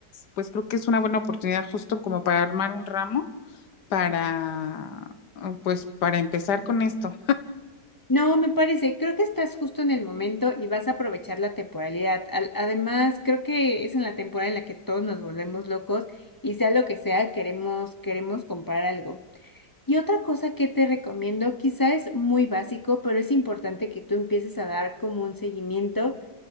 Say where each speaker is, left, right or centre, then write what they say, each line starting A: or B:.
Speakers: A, on the left (about 70°); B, on the left (about 20°).
A: pues creo que es una buena oportunidad justo como para armar un ramo para, pues para empezar con esto.
B: No, me parece, creo que estás justo en el momento y vas a aprovechar la temporalidad. Al- además, creo que es en la temporada en la que todos nos volvemos locos y sea lo que sea, queremos, queremos comprar algo. Y otra cosa que te recomiendo, quizá es muy básico, pero es importante que tú empieces a dar como un seguimiento